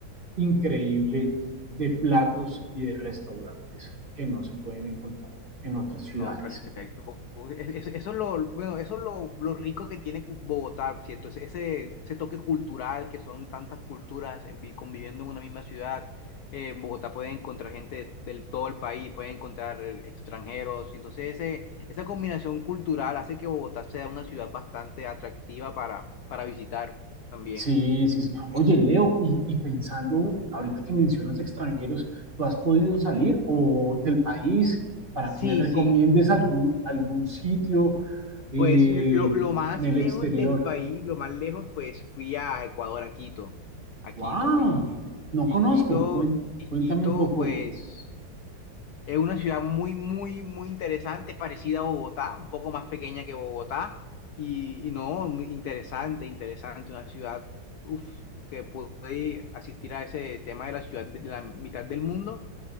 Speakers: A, on the right; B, on the left.
A: increíble de platos y de restaurantes que no se pueden encontrar en otras ciudades.
B: No, perfecto. Bo- bo- es- es- Eso es lo, bueno, eso es lo, lo rico que tiene Cu- Bogotá, ¿cierto? Ese, ese ese toque cultural que son tantas culturas eh, vi- conviviendo en una misma ciudad. Eh, en Bogotá pueden encontrar gente de- del todo el país, pueden encontrar eh, extranjeros. Entonces, ese, esa combinación cultural hace que Bogotá sea una ciudad bastante atractiva para, para visitar también.
A: Sí, sí, sí. Oye, Leo, y, y pensando, ahorita que mencionas extranjeros, ¿tú has podido salir o del país para que
B: Sí,
A: me recomiendes
B: sí.
A: algún, algún sitio eh,
B: Pues lo, lo más
A: en el
B: lejos
A: exterior?
B: del país, lo más lejos, pues fui a Ecuador, a Quito, a
A: ¡Wow!
B: Quito. Y,
A: No
B: y
A: conozco.
B: Quito,
A: Cuen-
B: y
A: cuéntame
B: Quito,
A: un poco.
B: pues es una ciudad muy, muy, muy interesante, parecida a Bogotá, un poco más pequeña que Bogotá. Y, y no, muy interesante, interesante, una ciudad, uf, que pude asistir a ese tema de la ciudad de la mitad del mundo,